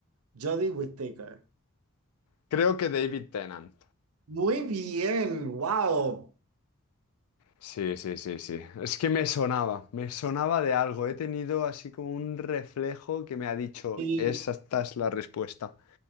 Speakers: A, on the right; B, on the left.
A: Jodie Whittaker.
B: Creo que David Tennant.
A: Muy bien, wow.
B: Sí, sí, sí, sí. Es que me sonaba, me sonaba de algo. He tenido así como un reflejo que me ha dicho,
A: Y
B: esa esta es la respuesta.